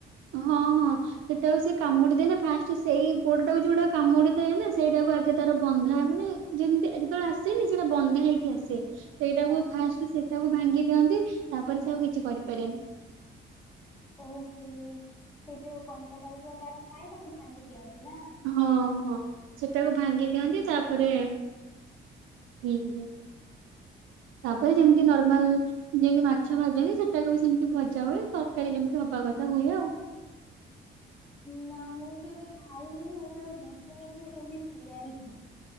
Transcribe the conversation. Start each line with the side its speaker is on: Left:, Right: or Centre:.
Right: ହଁ ହଁ ସେଟାଉ ସେ କାମୁଡିଥାଏ ନା ଫାଷ୍ଟ ସେଇ ଗୋଡାକୁ ଯୋଉଟା କାମୁଡିଥାଏ ନା ସେଇଟାକୁ ଆଗେ ତାର ବନ୍ଧାଏ ମାନେ ଯେମିତି ଯେତେବେଳେ ଆସେନି ସେଇଟା ବନ୍ଦ ହେଇକି ଆସେ ସେଇଟାକୁ
Centre: ଓହୋ
Right: ଫାଷ୍ଟ ସେଇଟାକୁ ଭାଙ୍ଗି ଦିଅନ୍ତି ତାପରେ ସେ ଆଉ କିଛି କରିପାରନି
Centre: ଓହୋ ସେ ଯୋଉ କଣ୍ଟା ଟାଇପ୍ ର ତାର ଥାଏ ତାକୁ ଭାଙ୍ଗି ଦିଅନ୍ତି ନା।
Right: ହଁ ହଁ ସେଟାକୁ ଭାଙ୍ଗି ଦିଅନ୍ତି ତାପରେ। ଠିକ୍ ଯେ ତାପରେ
Centre: ହୁଁ
Right: ଯେମିତି
Centre: ହୁଁ।
Right: ନର୍ମାଲ। ଯେମତି ମାଛ ଭାଜନ୍ତି ସେଟାକୁ ବି ସେମିତି ଭଜା ହୁଏ ତରକାରୀ ଯେମିତି ହବା କଥା ହୁଏ ଆଉ।
Centre: ନା ମୁଁ କେବେ ଖାଇନି କି ମୁଁ କେବେ ଦେଖିନି କି ସେ କେମିତି ତିଆରି ହୁଏ।